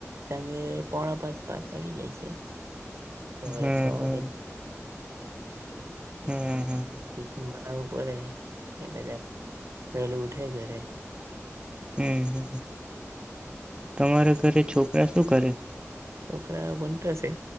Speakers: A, on the right; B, on the right.
A: સાંજે પોણા પાંચ પાંચ વાગી જાય છે. સવારે
B: હમમ
A: છ
B: હમમ
A: વાગે
B: હમમ હમમ
A: કોઈક જ વાર આવું પડે એટલે જરાક વેલું ઉઠે ઘરે
B: હમમ તમારા ઘરે છોકરા શું કરે?
A: છોકરા ભણતા છે